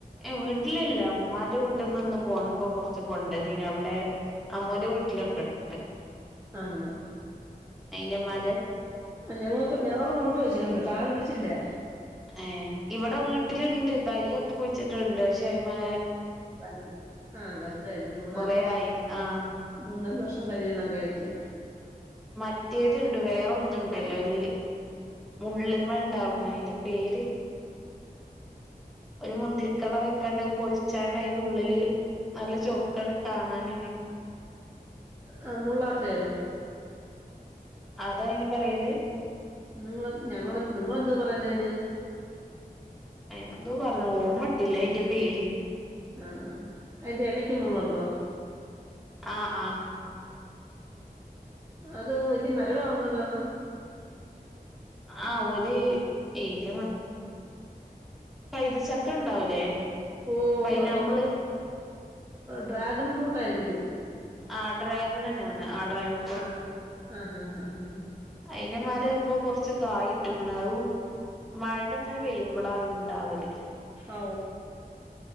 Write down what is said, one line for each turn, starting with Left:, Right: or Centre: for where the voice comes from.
Centre: വീട്ടിലില്ല ഉമ്മാന്റെ വീട്ടിൽ നിന്നും പോന്നപ്പോ കൊറച്ച് കൊണ്ട്ന്നന അവിടെ അമ്മടെ വീട്ടിലൊക്കെ ഉണ്ട്
Right: ആന്ന
Centre: അയിന്റെമാരം
Right: ആ ഞങ്ങക്ക് ഞങ്ങളും കൊണ്ട് വെച്ചിട്ടുണ്ട് ക പിടിച്ചില്ലേ
Centre: ഏ ഇവിടെ വീട്ടിലുണ്ട് തയ്യൊക്കെ കുഴിച്ചിട്ടുണ്ട് പക്ഷെ് ഷൈമേ
Right: വലു ആഹ് വലുതായില്ല മൂന്നാല്
Centre: കൊറേ
Right: വർഷം
Centre: ആയിന് ആഹ്
Right: മൂന്നാല് വർ <unintelligible> കഴിയണം കഴിക്കൻ
Centre: മറ്റേതുണ്ട് വേറെന്നും ഇണ്ടല്ലോ ര് മുള്ളമ്മ ഉണ്ടാവുന്ന അന്റെ പേര് ഒരു മുന്തിരി കളർ ണ്ട് പൊലിച്ചാണ്ട് അതിന്റെ ഉള്ളില് നല്ല ചൊറുക്കാണ് കാണാനന്നെ
Right: ആ ആ മുള്ളാത്തയോ
Centre: അതാ അയിന് പറയല്
Right: നിങ്ങള ഞങ്ങ നിങ്ങളെന്തോ പറയുന്നേന്
Centre: അയിന് എന്തോ പറഞ്ഞു ഓർമ്മട്ടില്ല അതിന്റെ പേര്
Right: ആ അതിന്റെ ഇലക്ക് മുള്ളുണ്ടോ
Centre: ആ ആ
Right: അത് വലിയ മരമാവുന്നതാന്നോ
Centre: ആ ഒരു <unintelligible> കൈത ചക്ക ഉണ്ടാവൂലേ
Right: ഓ
Centre: പൈനാപ്പിള്
Right: റം ഡ്രാഗൺ ഫ്രൂട്ട് ആയിരിക്കും
Centre: ആ ഡ്രാഗണനാണ് ആ ഡ്രാഗൺ
Right: ആ ആ ആ ആ ആ
Centre: അയിനമരം ഇപ്പൊ കൊറച്ച് കായ ഇട്ടേക്ക്ണ് അത് മഴ ഇങ്ങനെ പെയ്യുമ്പോഴാ ഉണ്ടാവല്
Right: ഓ